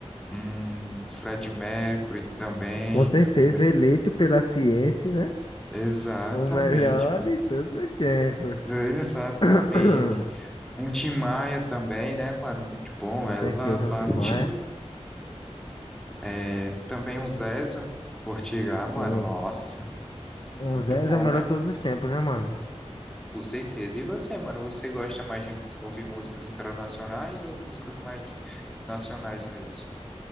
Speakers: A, in the centre; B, on the left.
A: Hum, Fred Mercury também,
B: Com certeza,
A: também. me-
B: eleito pela ciência, né?
A: Exatamente,
B: O melhor
A: mano.
B: de todos os tempos.
A: Exatamente.
B: <clears throat>
A: Um Tim Maia também, né, mano? Muito bom.
B: Com
A: Ela
B: certeza, um
A: partiu.
B: Tim Maia.
A: É, também um Zezo Portigal, mano.
B: Um,
A: Nossa,
B: um
A: muito
B: Zez
A: bom,
B: é o melhor
A: né?
B: de todos os tempos, né, mano?
A: Com certeza. E você, mano? Você gosta mais de mus- ouvir músicas internacionais ou músicas mais nacionais mesmo?